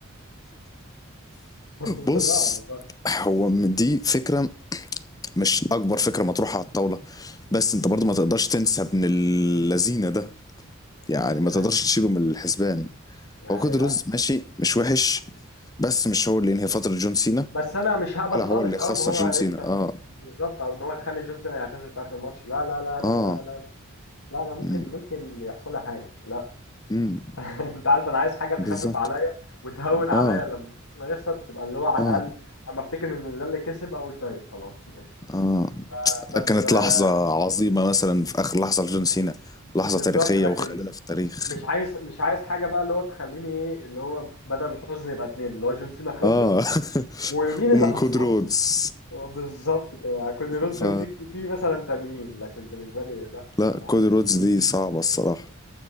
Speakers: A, on the left (about 85°); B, on the left (about 15°).
A: <laughs>
B: بص
A: لا والله
B: هو من دي فكرة مش أكبر فكرة مطروحة على الطاولة بس أنت برضو ما تقدرش تنسى ابن اللذينة ده يعني
A: آه، للأسف
B: ما تقدرش تشيله من الحسبان
A: آه
B: هو كود
A: للأسف
B: روز ماشي مش وحش بس مش هو اللي ينهي فترة جون سينا
A: بس أنا مش هقبل
B: ولا
A: خالص
B: هو اللي يخسر
A: أه إن هو
B: جون
A: يكسب
B: سينا اه
A: بالظبط أو إن هو يخلي جونسون يعتزل في آخر ماتش لا لا لا لا
B: اه
A: لا لا لا أنا ممكن
B: مم.
A: ممكن يحصل لي حاجة لا
B: مم.
A: <laughs> انت عارف انا عايز حاجه تخفف
B: بالظبط
A: عليا وتهون عليا
B: اه
A: لما شيرتسون يخسر تبقى اللي هو على
B: اه
A: الاقل اما افتكر ان ده اللي كسب اقول طيب خلاص ماشي
B: اه
A: بس
B: كانت
A: آه،
B: لحظة عظيمة مثلا في آخر لحظة لجون سينا لحظة
A: بالظبط
B: تاريخية
A: لكن
B: وخالدة في التاريخ
A: مش عايز مش عايز حاجه بقى اللي هو تخليني ايه اللي هو بدل الحزن يبقى اتنين اللي هو جون سينا خسر
B: اه
A: ومين
B: <laughs> ومن
A: اللي خسره
B: كود رودز
A: هو بالظبط كده يعني، كودي رودز
B: ف
A: وفي في مثلا تانيين لكن بالنسبه لي لا الصراحه
B: لا كودي رودز دي صعبة الصراحة